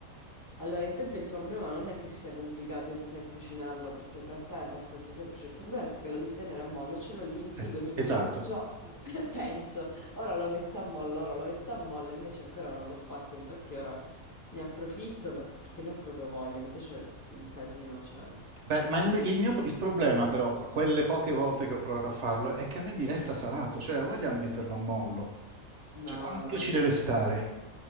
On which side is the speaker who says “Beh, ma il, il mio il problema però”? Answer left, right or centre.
Right